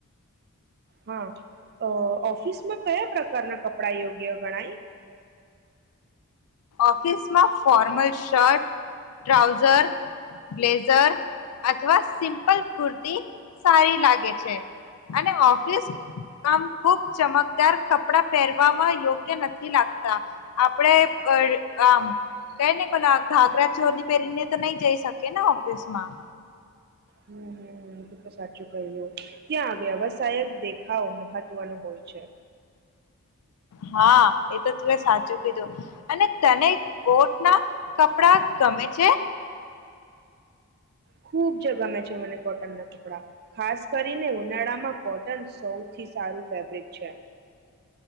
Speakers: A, on the right (about 45°); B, on the left (about 75°).
A: હા, ઓફિસમાં કયા પ્રકારના કપડા યોગ્ય ગણાય?
B: ઓફિસમાં ફોર્મલ શર્ટ ટ્રાઉઝર બ્લેઝર અથવા સિમ્પલ કુર્તી સારી લાગે છે. અને ઓફિસ કામ ખુબ ચમકદાર કપડા પહેરવામાં યોગ નથી, લાગતા આપણેે આમ, કઈ ને કો ઘાાગરા ચોલી પહેરીને તો નહી જઈ શકે ને ઓફિસ માં?
A: હમ હમું તો તો સાચું કહી્યું ત્યાં વ્યવસાય દેખાવો મહત્વનો હોય છે.
B: હા એ તો તું એ સાચું કીધું અને તને કોટ ના કપડા ગમે છે.?
A: ખૂબ જ ગમે છે. મને કોટન ના કપડા ખાસ કરીને ઉનાળામાં કોટન સૌથી સારું ફેબ્રિક છે.